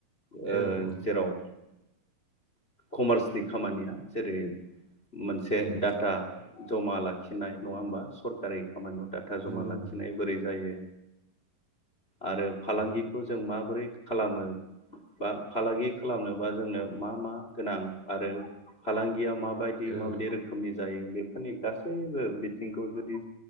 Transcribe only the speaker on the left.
ओ
जेराव कमार्सनि खामानिया जेरै मोनसे
डाटा जमा लाखिनाय नङा होमबा सरकारि खामानियाव डाटा जमा
लाखिनाय
बोरै जायो आरो फालांगिखौ
जों माबोरै खालामो बा फालांगि खालामनोबा जोंनो मा मा गोनां आरो फालांगिया मा बायदि
माबायदि रोखोमनि जायो बेफोरनि गासैबो बिथिंखौ जुदि